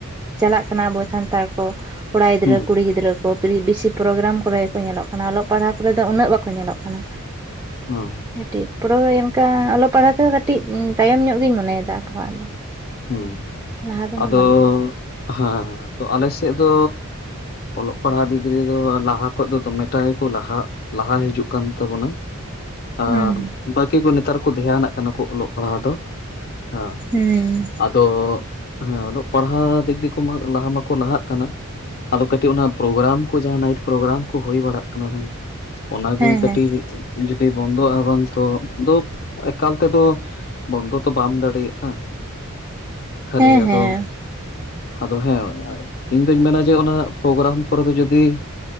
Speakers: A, on the right (about 15°); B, on the left (about 45°).
A: ᱪᱟᱞᱟᱜ ᱠᱟᱱᱟ ᱟᱵᱚ ᱥᱟᱱᱛᱟᱲ ᱠᱚ, ᱠᱚᱲᱟ ᱜᱤᱫᱽᱨᱟᱹ
B: ᱦᱩᱸ
A: ᱠᱩᱲᱤ ᱜᱤᱫᱽᱨᱟᱹ ᱯᱨᱤ ᱵᱮᱥᱤ ᱯᱨᱳᱜᱨᱟᱢ ᱠᱚᱨᱮ ᱜᱮ ᱠᱚ ᱧᱮᱞᱚᱜ ᱠᱟᱱᱟ, ᱚᱞᱚᱜ ᱯᱟᱲᱦᱟᱜ ᱠᱚᱨᱮ ᱫᱚ ᱩᱱᱟᱹᱜ ᱵᱟᱠᱚ ᱧᱮᱞᱚᱜ ᱠᱟᱱᱟ
B: ᱳᱸᱦ
A: ᱠᱟᱹᱴᱤᱡ ᱯᱚᱲᱳᱭ ᱚᱱᱠᱟ ᱚᱞᱚᱜ ᱯᱟᱲᱦᱟᱜ ᱛᱮᱫᱚᱸ ᱠᱟᱹᱴᱤᱡ ᱛᱟᱭᱚᱢ ᱧᱚᱜ ᱜᱤᱧ ᱢᱚᱱᱮᱭᱮᱻᱫᱟ ᱟᱵᱚᱣᱟᱜ ᱫᱚ
B: ᱦᱳᱸ
A: ᱞᱟᱦᱟ ᱫᱚ ᱱᱟᱜ
B: ᱟᱫᱚ
A: ᱵᱟᱹᱱᱩᱜᱼᱟ
B: ᱦᱟᱸ ᱛᱚ ᱟᱞᱮ ᱥᱮᱫ ᱫᱚ ᱚᱞᱚᱜ ᱯᱟᱲᱦᱟᱜ ᱰᱤᱜᱽᱨᱤ ᱫᱚ ᱞᱟᱦᱟ ᱠᱷᱚᱡ ᱫᱚᱢᱮ ᱴᱟ ᱦᱮ ᱠᱚ ᱞᱟᱦᱟᱜ ᱞᱟᱦᱟ ᱦᱤᱡᱩᱜ ᱠᱟᱱ ᱛᱟᱹᱵᱚᱱᱟ ᱟᱨ
A: ᱦᱩᱸ
B: ᱵᱟᱹᱠᱤ ᱠᱚ ᱱᱮᱛᱟᱨ ᱠᱚ ᱫᱷᱮᱭᱟ ᱱᱟᱜ ᱠᱟᱱᱟ ᱠᱚ ᱚᱞᱚᱜ ᱯᱟᱲᱦᱟᱜ ᱫᱚ ᱦᱟ
A: ᱦᱩᱸ
B: ᱟᱫᱚ ᱦᱟᱸ ᱚᱞᱚᱜ ᱯᱟᱲᱦᱟᱜ ᱫᱤᱠ ᱫᱤᱠᱩ ᱢᱟ ᱞᱟᱦᱟ ᱢᱟᱠᱚ ᱞᱟᱦᱟᱜ ᱠᱟᱱᱟ ᱟᱫᱚ ᱠᱟᱹᱴᱤᱡ ᱚᱱᱟ ᱯᱨᱳᱜᱨᱟᱢ ᱠᱚ ᱡᱟᱦᱟᱸ ᱱᱟᱭᱤᱴ ᱯᱨᱳᱜᱨᱟᱢ ᱠᱚ ᱦᱩᱭ ᱵᱟᱲᱟᱜ ᱠᱟᱱᱟ ᱵᱟᱝ, ᱚᱱᱟ
A: ᱦᱮᱸ
B: ᱠᱚᱻᱮ ᱠᱟᱹᱴᱤᱡ
A: ᱦᱮᱸ
B: ᱡᱩᱫᱤ ᱵᱚᱱᱫᱚᱜᱼᱟ ᱵᱟᱝ ᱛᱚ ᱫᱳ ᱮᱠᱟᱞ ᱛᱮᱫᱚ ᱵᱚᱱᱫᱚ ᱛᱚ ᱵᱟᱢ ᱫᱟᱲᱮᱭᱟᱜᱼᱟ᱾ ᱠᱷᱟᱹᱞᱤ
A: ᱦᱮᱸ ᱦᱮᱸ
B: ᱟᱫ ᱟᱫᱚ ᱦᱮᱸ ᱤᱧ ᱫᱩᱧ ᱢᱮᱱᱟ ᱡᱮ ᱚᱱᱟ ᱯᱨᱳᱜᱨᱟᱢ ᱠᱚᱨᱮ ᱫᱚ ᱡᱩᱫᱤ